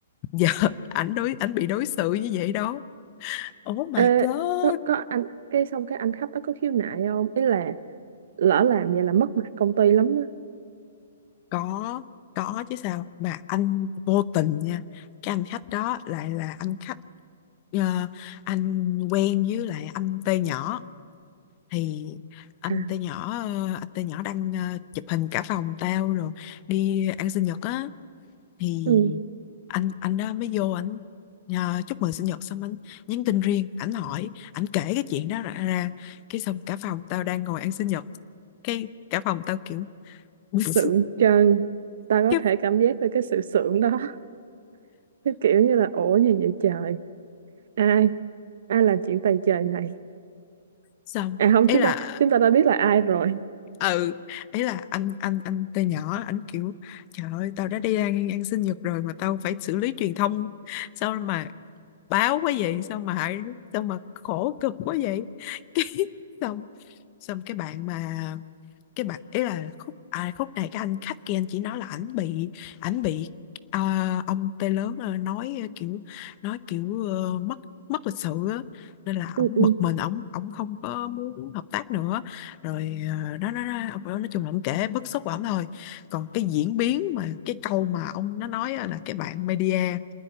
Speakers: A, on the left; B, on the right.
A: giờ <laughs> ảnh đối ảnh bị đối xử như vậy đó oh my
B: Ê,
A: god
B: có, có anh cái xong cái anh khách đó có khiếu nại không ý là lỡ làm vậy là mất mặt công ty lắm á
A: có có chứ sao mà anh vô tình nha cái anh khách đó lại là anh khách ờ, anh quen với lại anh T nhỏ thì anh
B: à
A: T nhỏ ờ, anh T nhỏ đang ờ, chụp hình cả phòng tao rồi đi ăn sinh nhật á thì
B: ừ
A: anh anh đó mới vô anh ờ, chúc mừng sinh nhật xong anh nhắn tin riêng ảnh hỏi ảnh kể cái chuyện đó ra, ra. cái xong cả phòng tao đang ngồi ăn sinh nhật cái cả phòng tao kiểu <laughs>
B: sượng trân tao có
A: cái
B: thể cảm giác được cái sự sượng đó <laughs> cái kiểu như là ủa gì vậy trời ai ai làm chuyện tày trời này
A: xong
B: à không
A: ý
B: chúng
A: là
B: ta chúng ta đã biết là ai rồi
A: ừ ấy là anh anh anh từ nhỏ anh kiểu trời ơi tao đã đi ăn ăn sinh nhật rồi mà tao phải xử lý truyền thông sao mà báo quá vậy sao mà hại sao mà khổ cực quá vậy <laughs> cái xong xong cái bạn mà cái bạn ý là khúc à, khúc này cái anh khách kia anh chỉ nói là ảnh bị ảnh bị ờ, ông tê lớn ờ, nói ờ, kiểu nói kiểu ờ, mất mất lịch sự á nên là
B: ừ,
A: ổng
B: ừ,
A: bực mình ổng ổng không có muốn hợp tác nữa rồi ờ, đó đó đó ông nói nói chung là ông kể bức xúc của ổng thôi còn cái diễn biến mà cái câu mà ông nó nói á là cái bạn media